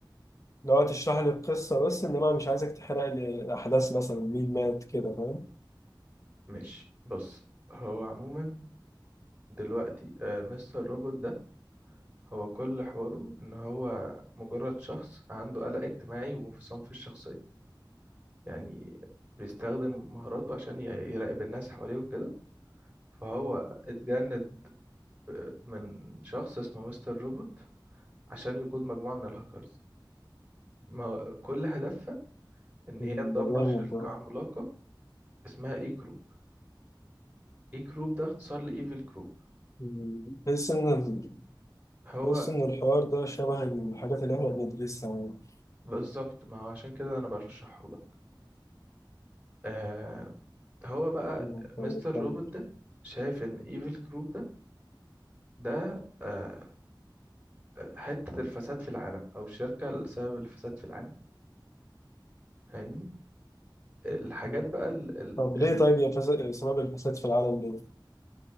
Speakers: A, on the left; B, on the right.
A: لو تشرح لي القصة بس إنما مش عايزك تحرق لي أحداث مثلا مين مات كده فاهم؟
B: ماشي بص هو عموما دلوقتي آه، مستر روبوت ده هو كل حواره ان هو مجرد شخص عنده قلق اجتماعي وانفصام في الشخصية يعني بيستخدم مهاراته عشان ي- يراقب الناس حواليه وكده فهو اتجند ب- من شخص اسمه مستر روبوت عشان يقود مجموعة من الهاكرز ما كل هدفها ان
A: مم،
B: هي تدمر
A: ده جامد
B: شركة
A: ده
B: عملاقة اسمها اي كروب اي كروب ده اختصار لايفل كروب
A: مم، بحس إن ال-
B: هو
A: بحس إن الحوار ده شبه الحاجات اللي إحنا بندرسها يعني
B: بالظبط ما هو عشان كده انا بشرحه لك. آه هو بقى
A: مم،
B: مستر
A: تمام، كمل.
B: روبوت ده شايف ان ايفل كروب ده ده آه حتة الفساد في العالم او الشركة اللي سبب الفساد في العالم فاهمني الحاجات
A: مم.
B: بقى اللي
A: طب ليه طيب يا فساد سبب الفساد في العالم ليه؟